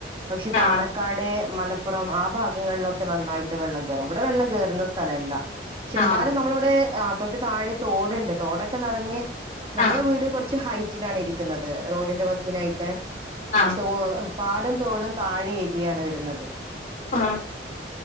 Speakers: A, on the right (about 30°); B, on the left (about 45°).
A: പക്ഷെ പാണക്കാട്
B: ആ
A: മലപ്പ മലപ്പുറം ആ ഭാഗങ്ങളിലൊക്കെ നന്നായിട്ട് വെള്ളം കയറും. ഇവിടെ വെള്ളം കയറുന്ന സ്ഥലംഅല്ല. പക്ഷെ
B: ആ
A: എന്നാലും നമ്മ തൊട്ട് താഴെ തോടുണ്ട് തോടൊക്കെ നിറഞ്ഞ് നമ്മളെ
B: ആ ആ
A: വീട് കുറച്ച് ഹൈറ്റിലാണ് ഇരിക്ക ഇരികുന്നത് റോഡിന്റെ വക്കിനായിട്ട്.
B: ആഹ
A: തോ പാടും തോടും താഴെ ഏരിയാണ് വരുന്നത്
B: ആഹ